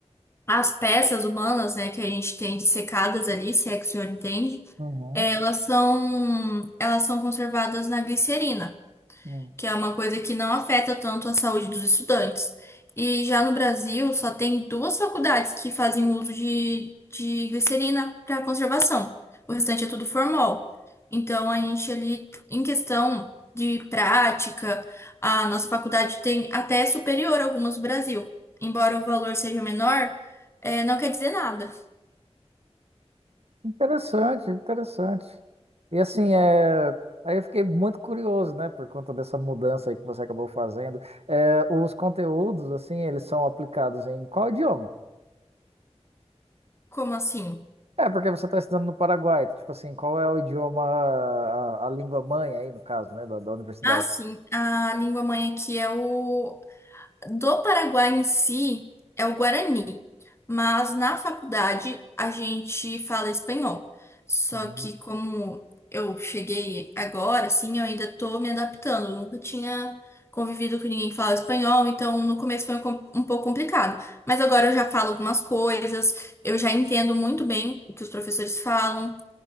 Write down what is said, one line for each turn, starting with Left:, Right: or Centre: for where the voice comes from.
Left: as peças humanas, né, que a gente tem dissecadas ali, se é que o senhor entende,
Right: Uhum,
Left: elas são, elas são conservadas na glicerina.
Right: uhum.
Left: que é uma coisa que não afeta tanto a saúde dos estudantes. E já no Brasil, só tem duas faculdades que fazem uso de, de glicerina para conservação. O restante é tudo formol. Então, a gente ali, em questão de prática, a nossa faculdade tem até superior a algumas do Brasil. Embora o valor seja menor, eh, não quer dizer nada.
Right: Interessante, interessante. E assim, é... aí eu fiquei muito curioso, né, por conta dessa mudança aí que você acabou fazendo. É, os conteúdos, assim, eles são aplicados em qual idioma?
Left: Como assim?
Right: É, porque você está estudando no Paraguai, então, tipo assim, qual é o idioma, a, a língua mãe aí, no caso, né, da, da universidade?
Left: Ah, sim, a língua mãe aqui é o Do Paraguai em si é o Guarani, mas na faculdade a gente fala espanhol. Só
Right: Uhum.
Left: que como eu cheguei agora, assim, eu ainda tô me adaptando. Nunca tinha convivido com ninguém que falava espanhol, então no começo foi um com- um pouco complicado. Mas agora eu já falo algumas coisas, eu já entendo muito bem o que os professores falam.